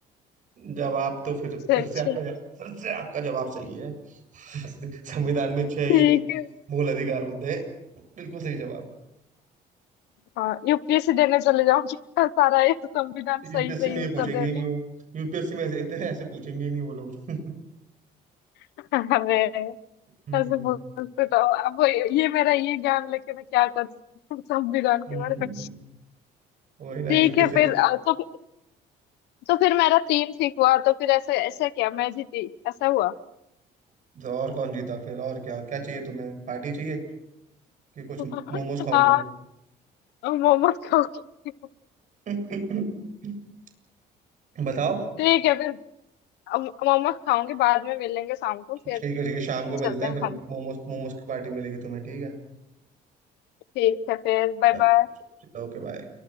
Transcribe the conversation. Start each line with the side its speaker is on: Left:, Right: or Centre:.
Right: जवाब तो फिर
Left: छह
Right: फिर से
Left: छह
Right: आपका
Left: <laughs>
Right: जवाब फिर से आपका जवाब सही है <laughs> संविधान में छह
Left: ठीक
Right: ही
Left: है
Right: मूल अधिकार होते हैं बिल्कुल सही जवाब
Left: हाँ यूपीएससी देने चले जाऊंगी <laughs> सारा ये संविधान सही
Right: यूपीएससी
Left: सही
Right: में
Left: उत्तर
Right: ये पूछेंगे
Left: दे
Right: ही
Left: रही
Right: नहीं
Left: हूँ
Right: वो यूपीएससी में ऐसे इतने ऐसे पूछेंगे ही नहीं वो लोग <laughs>
Left: <laughs> अरे
Right: हम्म
Left: ऐसे बोलते तो अब ये मेरा ये ज्ञान लेके मैं क्या कर सकती हूँ <laughs> संविधान के
Right: हम्म
Left: बारे में
Right: वही ना
Left: ठीक
Right: यूपीएससी
Left: है फिर
Right: तो
Left: अ, तुम तो फिर मेरा तीन ठीक हुआ तो फिर ऐसा ऐसा क्या मैं जीती ऐसा हुआ
Right: तो और कौन जीता फिर और क्या क्या चाहिए तुम्हें पार्टी चाहिए कि कुछ
Left: <laughs>
Right: मोमोज खाओगी
Left: हाँ अब मोमोज खाओगी
Right: <coughs> <laughs> बताओ
Left: ठीक है फिर अब मोमोज खाऊंगी बाद में मिलेंगे शाम को फिर
Right: ठीक है ठीक है शाम को मिलते
Left: चलते
Right: हैं
Left: हैं
Right: फिर
Left: खाने
Right: मोमोज मोमोज की पार्टी मिलेगी तुम्हें ठीक है
Left: ठीक है फिर Bye
Right: चलो
Left: bye
Right: ओके बाय